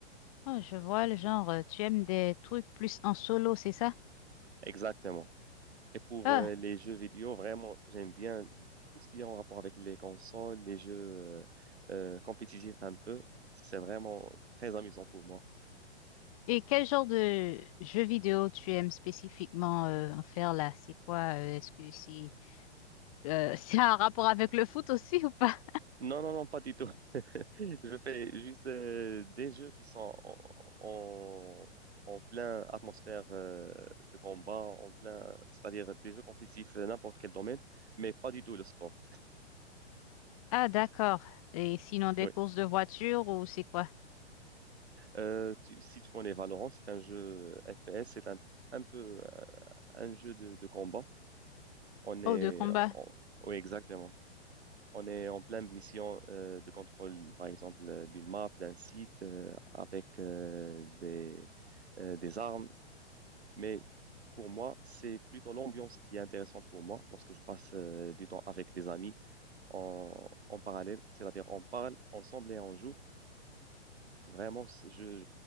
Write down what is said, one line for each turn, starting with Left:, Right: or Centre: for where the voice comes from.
Left: Oh, je vois le genre, euh, tu aimes des trucs plus en solo, c'est ça?
Right: Exactement. Et pour
Left: Ah,
Right: euh, les jeux vidéo, vraiment, j'aime bien tout ce qui est en rapport avec les consoles, les jeux euh, euh, compétitifs un peu. C'est vraiment très amusant pour moi.
Left: Et quel genre de jeu vidéo tu aimes spécifiquement euh, en faire là? C'est quoi? euh, est-ce que c'est euh, <laughs> c'est un rapport avec le foot aussi ou pas?
Right: Non, non, non, pas du tout. Je fais juste euh, des jeux qui sont en, en, en plein atmosphère euh, de combat, en plein, c'est-à-dire des jeux compétitifs, euh, n'importe quel domaine, mais pas du tout le sport.
Left: Ah d'accord. Et sinon des
Right: Oui.
Left: courses de voiture ou c'est quoi?
Right: Euh, tu- si tu connais Valorant, c'est un jeu FPS, c'est un, un peu euh, un jeu de, de combat. On est,
Left: Oh de combat.
Right: on- oui, exactement. On est en pleine mission euh, de contrôle, par exemple, euh, d'une map, d'un site, euh, avec euh, des, euh, des armes. Mais pour moi, c'est plutôt l'ambiance qui est intéressante pour moi lorsque je passe euh, du temps avec des amis en, en parallèle. C'est-à-dire, on parle ensemble et on joue. Vraiment, c- je,